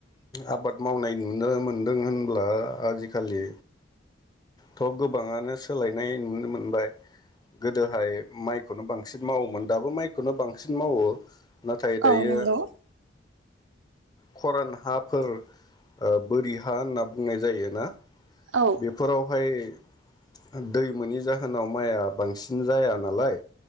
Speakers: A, on the left; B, on the right.
A: आबाद मावनाय नुनो मोनदों होनब्ला आजिखालि थ' गोबाङानो सोलायनाय नुनो मोनबाय। गोदोहाय माइ खौनो बांसिन मावोमोन दाबो माइखौनो बांसिन मावो। नाथाय
B: औ
A: दायो
B: नंगौ
A: खरान हाफोर अ बोरि हा होनना बुंनाय जायोना?
B: औ
A: बेफोराव बेहाय दै मोनि जाहोनाव माइआ बांसिन जाया नालाय